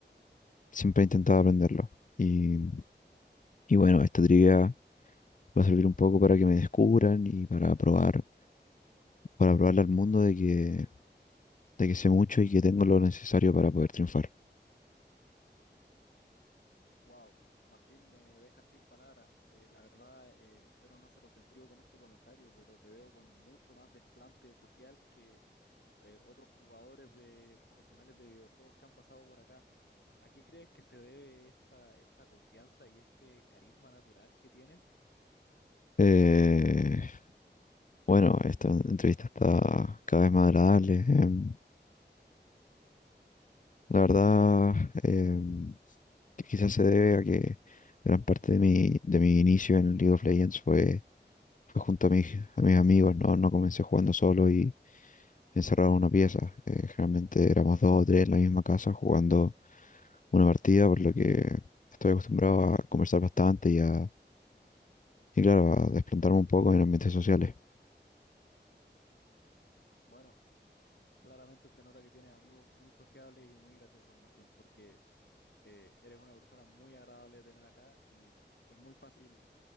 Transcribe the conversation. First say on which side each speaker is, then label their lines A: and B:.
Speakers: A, on the left; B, on the left.
A: siempre he intentado aprenderlo. Y, y bueno, esta trivia. Va a servir un poco para que me descubran y para probar, para probarle al mundo de que, de que sé mucho y que tengo lo necesario para poder triunfar.
B: Wow, Martín, me deja sin palabras. Eh, la verdad, eh, espero no ser ofensivo con este comentario, pero te veo con mucho más desplante social que eh, otros jugadores de profesionales de videojuegos que han pasado por acá. ¿A qué crees que se debe esta, esta confianza y este carisma natural que tienes?
A: Eh, bueno, esta entrevista está cada vez más agradable. em, la verdad, em, que quizás se debe a que gran parte de mi, de mi inicio en League of Legends fue Fue junto a mis, a mis amigos, ¿no? No comencé jugando solo y encerrado en una pieza. Eh, generalmente éramos dos o tres en la misma casa jugando una partida, por lo que estoy acostumbrado a conversar bastante y a, y claro, a desplantarme un poco en ambientes sociales.
B: Bueno, claramente se nota que tienes amigos muy sociables y muy graciosos, Martín, porque eh, eres una persona muy agradable de tener acá y es muy fácil